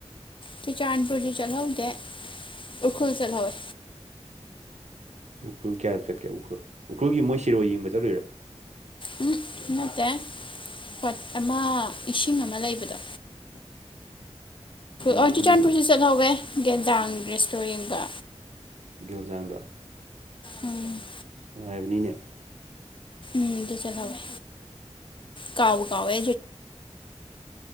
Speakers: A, on the left (about 45°); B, on the right (about 75°).
A: ꯆꯨꯔꯆꯥꯟꯄꯨꯔꯗꯤ ꯆꯠꯍꯧꯗ‌ꯦ ꯎꯔꯈꯜ ꯆꯠꯍꯧꯋꯤ
B: ꯎꯈ꯭ꯔꯨꯜ ꯀꯌꯥꯔꯛ ꯆꯠꯀꯦ ꯎꯈ꯭ꯔꯨꯜ ꯎꯈ꯭ꯔꯨꯜꯒꯤ ꯃꯣꯏ ꯁꯤꯔꯣꯏ ꯌꯦꯡꯕ ꯆꯠꯂꯨꯏꯔꯥ
A: ꯎꯝ ꯅꯠꯇꯦ ꯄꯠ ꯑꯃ ꯏꯁꯤꯡ ꯑꯃ ꯂꯩꯕꯗꯣ
B: <inaudible> ꯀꯩ
A: ꯑꯣ
B: ꯏꯁꯤꯡ
A: ꯆꯨꯔꯆꯥꯟꯄꯨꯔꯁꯨ
B: ꯂꯩꯒꯦ
A: ꯆꯠꯍꯧꯋꯦ ꯒꯦꯟꯗꯥꯡ ꯔꯦꯁꯇꯣꯔꯦꯟꯗ
B: ꯒꯦꯜꯖꯥꯡꯗ
A: ꯎꯝ
B: ꯅꯨꯡ ꯉꯥꯏꯕꯅꯤꯅꯦ
A: ꯎꯝ ꯑꯗꯨ ꯆꯂꯋꯦ ꯀꯥꯎꯕꯨ ꯀꯥꯎꯋꯦ